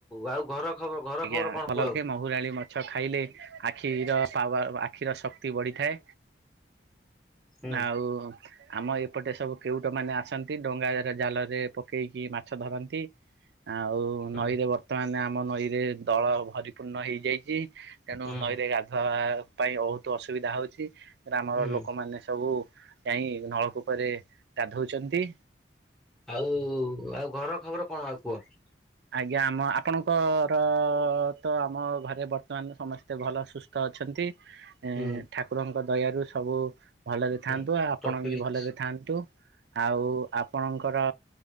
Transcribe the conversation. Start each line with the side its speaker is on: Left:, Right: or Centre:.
Centre: ଆଉ ଘର? ଖବର ଘର
Right: ଆଜ୍ଞା
Centre: ଖବର କଣ
Right: ତଲଲ
Centre: କୁହ ଆଉ
Right: କେେ ମହୁୁରଣୀ ମାଛ ଖାଇଲେ ଆଖିର ପା। ଆକ୍ଷିର ଶକ୍ତି ବଢିଥାଏ
Centre: ହୁଁ।
Right: ଆଉ ଆମ ଏପଟେ ସବୁ କେଉଠି ଲୋକମାନୋନେ ଆସନ୍ତି ଡଙ୍ଗା ଜାଲରେ ପକେଇକି ମାଛ ଧରନ୍ତି ଆଉ
Centre: ହୁଁ
Right: ନଈରେ ବର୍ତ୍ତମାନ ଆମ ନଈ ଦଳ ଭରିପୂର୍ଣ୍ଣ ହେଇଯାଇଛି। ତେଣୁ
Centre: ହୁଁ
Right: ନଈରେ ଗାଧୋଇବା ପାଇଁ ବହୁତ ଅସୁବିଧା ହଉଛି ଗ୍ରାମର
Centre: ହୁଁ
Right: ଲୋକମାନେ ସବୁ ଯାଇ ନଳକୂପରେ ଗାଧଉଛନ୍ତି
Centre: ଆଉ ଆଉ ଘର ଖବର କଣ ଆଉ କୁହ?
Right: ଆଜ୍ଞା ଆମ ଆପଣଙ୍କର ତ ଆମ ଘରେ ବର୍ତ୍ତମାନ ସମସ୍ତେ ଭଲ ସୁସ୍ଥ ଅଛନ୍ତି ଏ
Centre: ହୁଁ
Right: ଠାକୁରଙ୍କ ଦୟାରୁ ସବୁ ଭଲରେ
Centre: ହୁଁ।
Right: ଥାଆନ୍ତୁ ଆଉ ଆପଣ
Centre: ଟପିକ
Right: ବି ଭଲରେ ଥାଆନ୍ତୁ। ଆଉ ଆପଣଙ୍କର